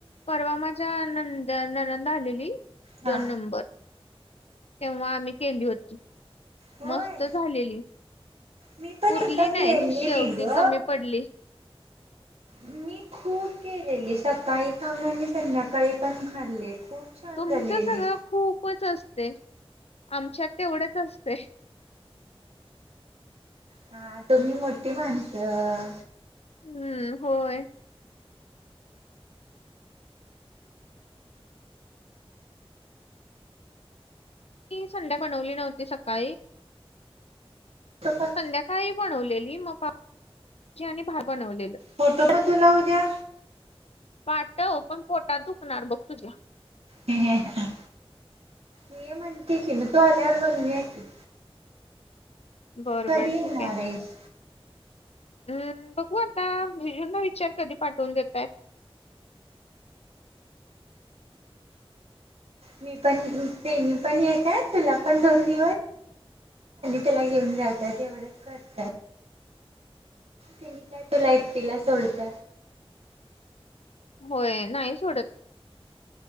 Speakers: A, on the left; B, on the right.
A: परवा माझ्या नंद ननंद आलेली दोन
B: हा
A: नंबर. तेव्हा आम्ही केली होती.
B: होय
A: मस्त झालेली
B: मी पण
A: पुरली
B: एकदा
A: नाही
B: केलेली
A: शेवटी
B: ग
A: कमी पडली.
B: मी खूप केलेली सकाळी खाऊन आणि संध्याकाळी पण खाल्ले खूप. छान
A: तुमचं
B: झालेली
A: सगळं खूपच असते आमच्यात तेवढेच असते.
B: हा तुम्ही मोठी माणसं.
A: हम्म होय. ती संध्या बनवली नव्हती सकाळी.
B: त <unintelligible>
A: संध्याकाळी बनवलेली मग पाव आणि भात बनवलेलं
B: फोटो पण तुला उद्या
A: पाटव पण पोटात दुखणार बघ तुझ्या.
B: ह ह ह नये मण्टे म तू आल्यावर बन्यूयाकी.
A: बरं
B: कधी
A: बरं
B: येणार
A: ठीक आहे.
B: आहेस
A: हम्म बघू आता जिजू णा विचार कधी पाठवून देतय.
B: मी पण प्रेणी पण येत आहे तुला पण दोन दिवस त्याला घेऊन जातात एवढंच करतात. मी काय तुला एकटिला सोडत.
A: होय नाही सोडत